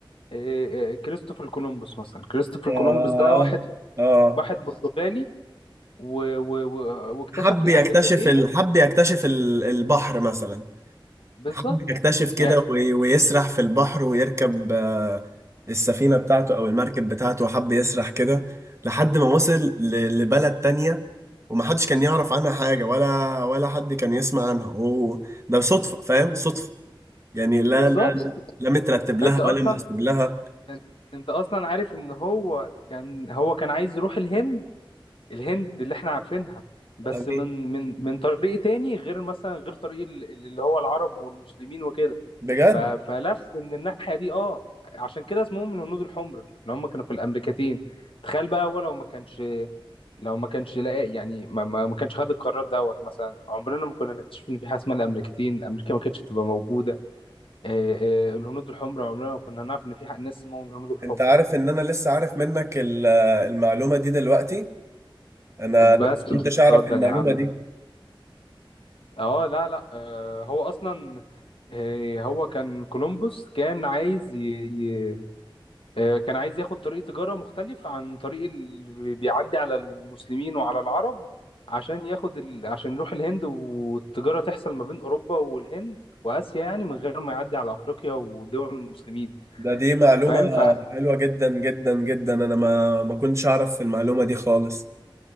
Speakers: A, on the left; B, on the right.
A: إيه، كريستوفر كولومبوس مثلا كريستوفر
B: يا
A: كولومبوس ده واحد
B: اه
A: واحد برتغالي و... و... و... واكتشف
B: حب
A: الامريكتين
B: يكتشف ال... حب يكتشف ال- البحر مثلا
A: بالظبط
B: حب يكتشف كده
A: يعني
B: وي- ويسرح في البحر ويركب آه، السفينة بتاعته أو المركب بتاعته حب يسرح كده لحد ما وصل ل- لبلد تانية ومحدش كان يعرف عنها حاجة ولا ولا حد كان يسمع عنها هو ده صدفة فاهم صدفة يعني لا
A: بالظبط
B: لا لا مترتب لها
A: انت اصلا
B: ولا محسوب لها
A: انت انت اصلا عارف ان هو كان هو كان عايز يروح الهند الهند اللي احنا عارفينها بس
B: أمين
A: من من من طريق تاني غير مثلا غير طريق ال- ال- اللي هو العرب والمسلمين وكده
B: بجد
A: ف... فلف من الناحية دي اه عشان كده اسمهم الهنود الحمر اللي هم كانوا في الامريكتين تخيل بقى هو لو ما كانش لو ما كانش لاقي يعني ما, ما, ما كانش خد القرار دوت مثلا عمرنا ما كنا نكتشف ان في حاجه اسمها الامريكتين امريكا ما كانتش تبقى موجوده آه، آه، الهنود الحمر عمرنا ما كنا نعرف ان في حق ناس اسمهم الهنود الحمر
B: انت عارف ان انا لسه عارف منك ال- المعلومة دي دلوقتي انا
A: بس
B: ما كنتش
A: اتفضل
B: اعرف المعلومة
A: يا عم
B: دي
A: اه لا لا آه هو اصلا آه هو كان كولومبوس كان عايز ي... آه، كان عايز ياخد طريق تجارة مختلف عن طريق اللي بي- بيعدي على المسلمين وعلى العرب عشان ياخد ال... عشان يروح الهند والتجارة تحصل ما بين أوروبا والهند وآسيا يعني من غير ما يعدي على أفريقيا ودول المسلمين
B: ده دي معلومة
A: فاهم ف
B: حلوة جدا جدا جدا أنا ما ما كنتش أعرف في المعلومة دي خالص